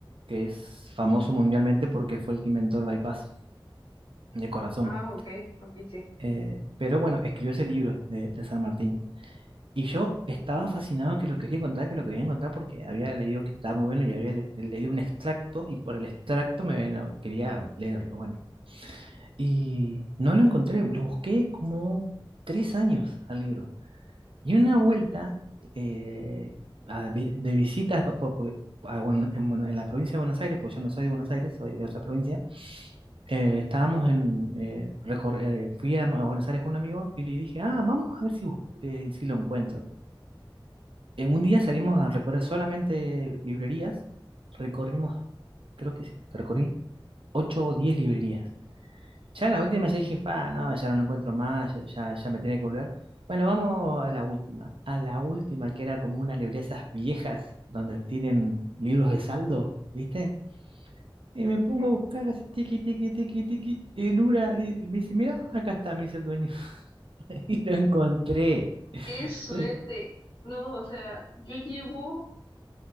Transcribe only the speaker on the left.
Ah, ok, ok, sí.
sí.
Qué suerte.
No, o sea, yo llevo,